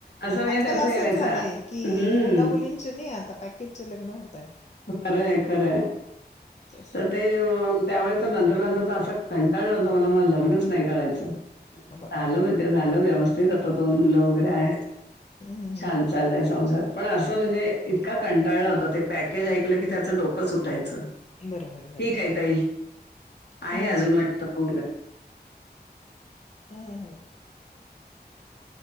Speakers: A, on the left; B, on the left.
A: असं म्हणजे
B: आजकाल
A: त्याचं
B: असच
A: हे व्हायचा
B: झालंय की
A: हम्म
B: मुला मुलींच नाही आता पॅकेजच लग्न होंत
A: खरंय खरंय
B: तेच
A: तर ते.
B: ना
A: त्यामुळे तो नंतर नंतर त असं कंटाळला होता मला मा लग्नच नाही करायचं.
B: हो बापरे
A: झाल म्हणजे झालं व्यवस्थित आता दोन मुलं वगैरे आहेत.
B: हम्म, हम्म,
A: छान
B: हम्म,
A: चाललंय
B: हम्म.
A: संसार पण असं म्हणजे इतका कंटाळला होता ते पॅकेज ऐकलं की त्याचं डोकं उठायचं,
B: बरोबर बरोबर
A: ठीके ताई आहे
B: हम्म, हम्म,
A: अजून
B: हम्म,
A: वाटतं बोल
B: <inaudible>